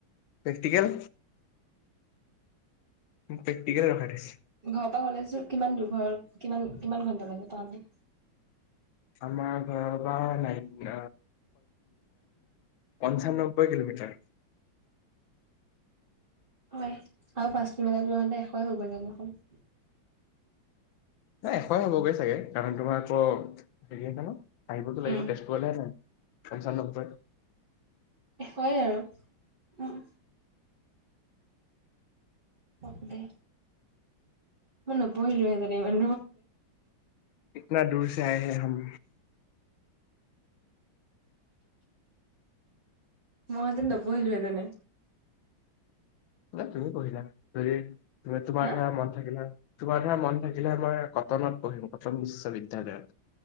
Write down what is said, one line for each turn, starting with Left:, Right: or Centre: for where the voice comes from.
Left: প্ৰেক্টিকেল পেটিকৰে ৰখা দোইছছে
Right: ঘৰৰ পৰা কলেজোৰ কিমান দূৰ ঘৰৰ কিমান কিমান ঘন্টা লাগে পাওঁতে।
Left: আমাৰ ঘৰৰ পৰা নাইন পঞ্চানবৈ কিলোমিটাৰ। <inaudible>
Right: হয় আৰু পাঁচ কিলোমিটাৰ হতে এশয়ে হৈ গ'ল হেঁতেন দেখোন।
Left: ন এশয়ে হ'বগৈ চাগে কাৰণ তোমাৰত হেৰি আছে ন। আহিবতো লাগিব
Right: উম
Left: তেজপুৰলৈহে নাই পঞ্চা নবৈ।
Right: হয় আৰু উম, পতকে। মই নপঢ়িলোহেতেন ইমান,
Left: কিতনা দূৰছে আয়া হে হাম,
Right: মইতো নপঢ়িলোহেঁতেনে।
Left: ন তুমি পঢ়িলা হেতেন যদি তোমাৰ
Right: হা
Left: মন থাকিলে হ'লে। তোমাৰ ধৰা মন থাকিলে মই কটনত পঢ়িম কটন বিশ্ববিদয়ালয়ত।